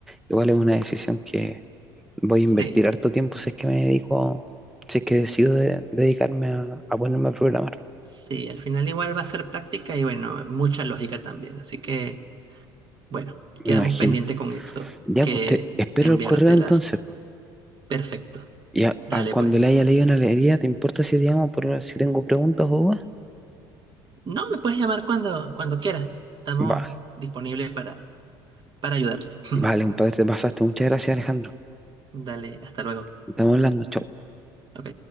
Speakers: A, in the centre; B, on the right.
A: igual es una decisión que voy a invertir
B: Sí,
A: harto tiempo si es que me dedico, si es que decido de- dedicarme a, a ponerme a programar,
B: sí, al final igual va a ser práctica y bueno, mucha lógica también. Así que, bueno,
A: me
B: quedamos
A: imagino.
B: pendiente con eso,
A: Ya,
B: que
A: pues te espero
B: enviártela.
A: el correo entonces.
B: Perfecto.
A: Y a-
B: Dale
A: a- cuando
B: pues.
A: le haya leído una alegría, ¿te importa si te llamo por si tengo preguntas o dudas?
B: No, me puedes llamar cuando, cuando quieras. Estamos
A: Vale,
B: disponibles para, para ayudarte. <laughs>
A: vale, compadre, te pasaste. Muchas gracias, Alejandro.
B: Dale, hasta luego.
A: Estamos hablando. chao.
B: Ok.